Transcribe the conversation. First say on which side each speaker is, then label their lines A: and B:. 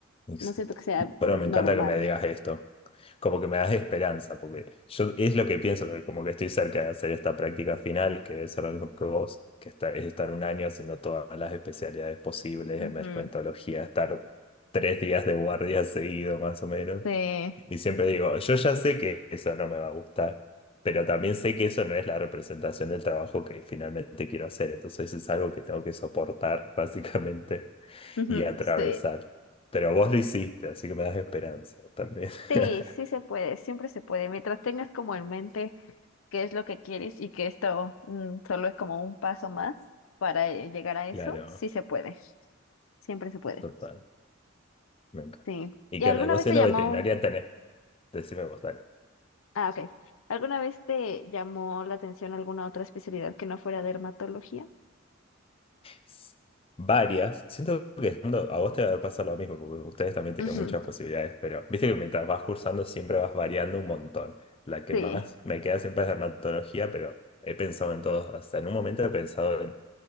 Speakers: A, on the left; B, on the left.
A: Exacto.
B: no siento que sea
A: Bueno,
B: normal.
A: me encanta que me digas esto. Como que me das esperanza, porque yo es lo que pienso, que como que estoy cerca de hacer esta práctica final, que debe ser lo mismo que vos, que esta- es estar un año haciendo todas las especialidades posibles,
B: Ujú,
A: emergentología, estar tres días de guardia seguido más o menos.
B: Sí,
A: Y siempre digo, yo ya sé que eso no me va a gustar, pero también sé que eso no es la representación del trabajo que finalmente quiero hacer. Entonces es algo que tengo que soportar, <laughs> básicamente
B: ujú,
A: y atravesar.
B: sí,
A: Pero vos lo hiciste, así que me das esperanza también.
B: sí,
A: <laughs>
B: sí se puede, siempre se puede, mientras tengas como en mente qué es lo que quieres y que esto mm, solo es como un paso más para eh, llegar a
A: Claro,
B: eso, sí se puede, siempre se puede,
A: total, me encanta.
B: sí.
A: Y
B: ¿Y
A: que
B: alguna
A: anda, y vos
B: vez
A: siendo
B: te llamó?
A: veterinaria tenés, decime vos, dale.
B: Ah, ok. ¿Alguna vez te llamó la atención alguna otra especialidad que no fuera dermatología?
A: S- Varias, siento que siendo- a vos te va a pasar lo mismo, porque ustedes también tienen
B: Ujú.
A: muchas posibilidades, pero viste que mientras vas cursando siempre vas variando un montón. La que
B: Sí,
A: más me queda siempre es dermatología, pero he pensado en todos, hasta en un momento he pensado en